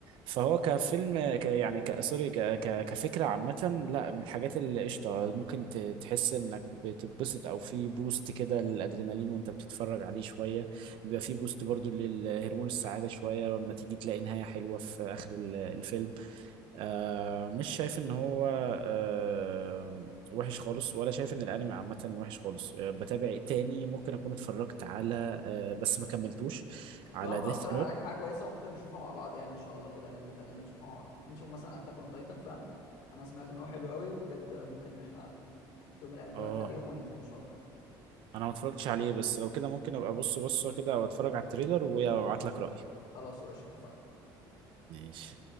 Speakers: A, on the right (about 70°); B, on the left (about 80°).
A: فهو كفيلم ك يعني ك سوري ك ك كفكرة عامة لا من الحاجات اللي قشطة ممكن ت- تحس انك بتتبسط او في بوست كده للادرينالين وانت بتتفرج عليه شوية بيبقى في بوست برضو للهرمون السعادة شوية لما تيجي تلاقي نهاية حلوة في اخر ال- الفيلم آه مش شايف ان هو آه وحش خالص ولا شايف ان الانمي عامة وحش خالص آه بتابع إيه تاني ممكن اكون اتفرجت على آه بس ما كملتوش
B: طب
A: على
B: انا ممكن
A: ديث
B: اقترح عليك حاجه كويسه وممكن نشوفها مع بعض يعني ان شاء الله كده ننزل بقى ننزل نشوفها مع بعض ممكن نشوف مثلا اتاك اون تايتن فاهم انا سمعت ان هو حلو قوي وبجد ممكن ان احنا في يوم من الايام كده
A: اه
B: ننقي يوم وننزل ان شاء الله
A: انا ما اتفرجتش عليه بس لو كده ممكن ابقى ابص بصه كده او اتفرج على التريلر وابعت لك رأيي
B: خلاص يا باشا اتفقنا
A: ماشي